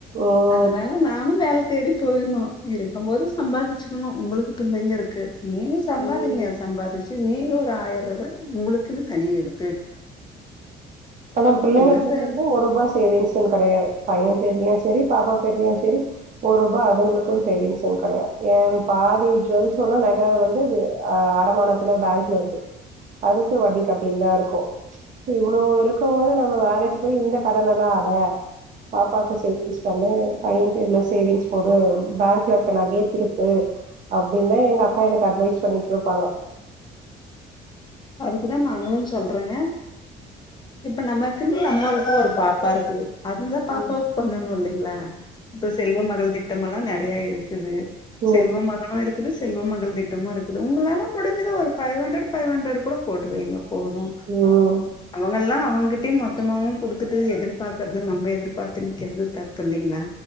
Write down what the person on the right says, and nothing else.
ம்
ம்
அதான் பிள்ளைங்க
பேர்ல
கூட ஒரு ரூபா சேவிங்ஸ்னு கெடையாது பைய பேர்லயு சரி பாப்பா பேர்லயு சரி ஒரு ரூபா அதுங்களுக்குன்னு சேவிங்ஸுனு கெடையாது ஏன் பாதி ஜுவல்ஸ் சொன்னா நக வந்து ஆ அடமானத்துல பேங்க்ல இருக்குது. அதுக்கு வட்டி கட்டினுந்தா இருக்கோ சோ இவ்ளோ இருக்குபோது நம்ம வேலைக்கி போய் இந்த கடன எல்லா அட பாப்பாக்கு சேவிங்ஸ் பண்ணு பைய பேர்ல சேவிங்ஸ் போடு பேங்க்ல இருக்க நகைய திருப்பு அப்டின்னு எங்க அக்கா எனக்கு அட்வைஸ் பண்ணிட்ருப்பாங்க
ம்
ம்
ம்